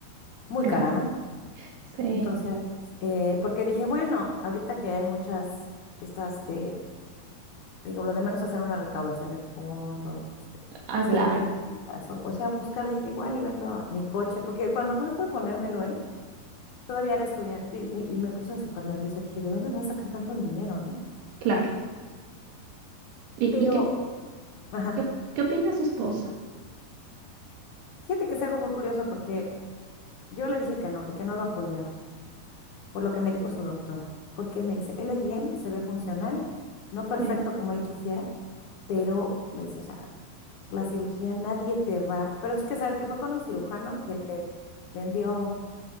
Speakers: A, on the left; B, on the right.
A: muy
B: claro.
A: cara, ¿no?
B: Sí.
A: Entonces, eh, porque dije, bueno, ahorita que hay muchas estas de, digo, lo de menos hacer una recaudación de fondos, este,
B: Ah,
A: hacer
B: claro,
A: rifas, o, o sea, buscar, dije, igual y vendo mi coche, porque cuando fue por ponérmelo él, todavía era estudiante y, y me puse súper nerviosa, dije, ¿de dónde voy a sacar tanto dinero, no?
B: claro. ¿Y,
A: Pero,
B: y qué,
A: ajá,
B: qué, qué opina su esposa?
A: fíjate que es algo muy curioso porque yo le dije que no y que no lo apoyaba, por lo que me dijo su doctora, porque me dice, él es bien, se ve funcional, no perfecto
B: Sí.
A: como él quisiera, pero me dice, o sea, la cirugía nadie te va, pero es que sabes que fue con un cirujano que le vendió